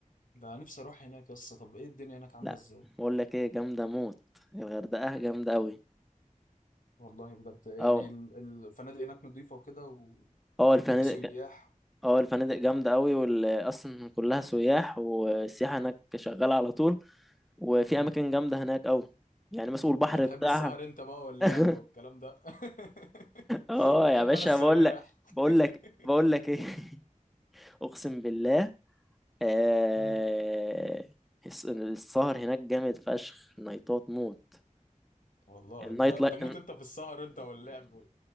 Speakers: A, on the left (about 80°); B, in the centre.
A: ده نفسي أروح هناك يا اسطى طب إيه الدنيا هناك عاملة
B: لا
A: إزاي؟
B: بقول لك ايه جامدة موت الغردقة جامدة قوي
A: والله بجد يعني
B: اه
A: ال- الفنادق هناك نظيفة وكده وفي
B: اه الفنادق
A: سياح
B: اه الفنادق جامدة قوي وال... اصلا كلها سياح والسياحة هناك شغالة على طول وفي
A: مم.
B: اماكن جامدة هناك قوي يعني مثلا البحر
A: انت هتحب
B: بتاعها
A: السهر انت بقى واللعب
B: <laughs>
A: والكلام ده <laughs>
B: اه
A: احب
B: يا باشا
A: انا السياح
B: بقول لك بقول
A: <laughs>
B: لك بقول لك ايه <laughs> اقسم بالله آه...
A: مم.
B: الس- السهر هناك جامد فشخ نايتات موت
A: والله
B: النايت
A: انت
B: لايف
A: تموت
B: <laughs>
A: انت في السهر انت واللعب وال-